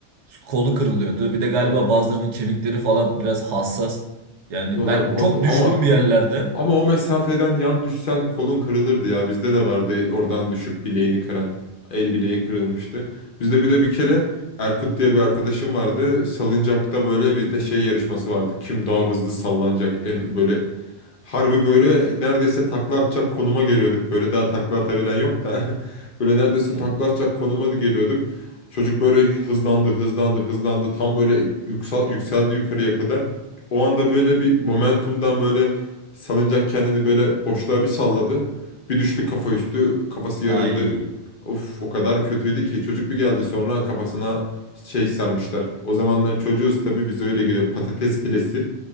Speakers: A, on the right (about 80°); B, on the left (about 55°).
A: Kolu kırılıyordu. Bir de galiba
B: Ama
A: bazılarının kemikleri falan biraz hassas. Yani
B: olabilir
A: ben
B: o
A: çok
B: da-
A: düştüm
B: ama
A: bir yerlerden.
B: ama o mesafeden yan düşsen kolun kırılırdı ya. Bizde de vardı oradan düşüp bileğini kıran. El bileği kırılmıştı. Bizde bir de bir kere Erkut diye bir arkadaşım vardı. Salıncakta böyle bizde şey yarışması vardı. Kim daha hızlı sallanacak en böyle Harbi böyle neredeyse takla atacak konuma geliyorduk. Böyle daha takla atabilen yok da. <laughs> Böyle neredeyse
A: Hmm,
B: takla atacak konuma da geliyorduk. Çocuk böyle hızlandı, hızlandı, hızlandı. Tam böyle yüksel, yükseldi yukarıya kadar. O anda böyle bir momentumdan böyle salıncak kendini böyle boşluğa bir salladı. Bir düştü kafa üstü, kafası yarıldı.
A: Ay.
B: Of o kadar kötüydü ki. Çocuk bir geldi sonra kafasına şey sarmışlar. O zamanlar çocuğuz tabii biz öyle geliyor patates filesi.